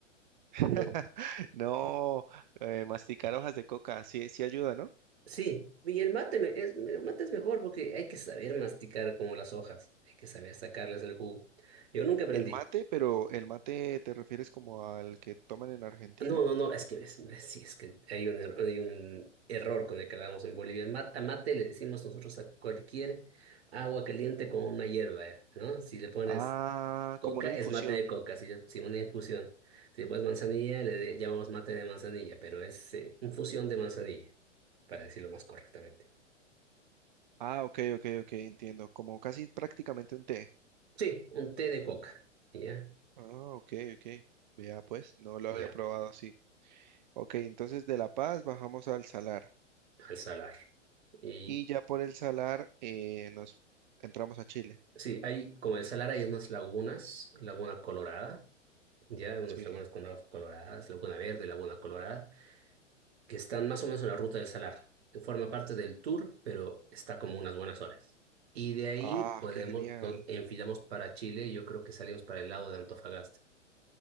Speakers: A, on the right; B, on the right.
A: <laughs>
B: No.
A: No, eh, masticar hojas de coca, sí, sí ayuda, ¿no?
B: Sí, y el mate me- es el mate es mejor porque hay que saber masticar como las hojas, hay que saber sacarles el jugo. Yo nunca aprendí.
A: El mate, pero ¿el mate te refieres como al que toman en Argentina?
B: No, no, no, es que es, es- sí, es que hay un, er- hay un error con el que hablamos en Bolivia. El mate, a mate le decimos nosotros a cualquier agua caliente con una hierba, eh, ¿no? Si le pones
A: Ah,
B: Coca
A: como una infusión.
B: es mate de coca, si, si una infusión. Si pues manzanilla, le de- llamamos mate de manzanilla, pero es eh, infusión de manzanilla, para decirlo más correctamente.
A: Ah, ok, ok, ok, entiendo. Como casi prácticamente un té.
B: Sí, un té de coca, ¿ya?
A: Ah, ok, ok. Vea, pues, no lo
B: Ya,
A: había probado así. Ok, entonces de La Paz bajamos al Salar.
B: al salar. Y
A: Y ya por el Salar eh, nos entramos a Chile.
B: sí, hay, como el salar hay unas lagunas, laguna colorada, ya, hay unas
A: Sí.
B: lagunas con aguas coloradas, laguna verde, laguna colorada. que están más o menos en la ruta del Salar, que forma parte del tour, pero está como unas buenas horas. Y de ahí
A: Ah,
B: podemos,
A: qué genial.
B: no- enfilamos para Chile, y yo creo que salimos para el lado de Antofagasta.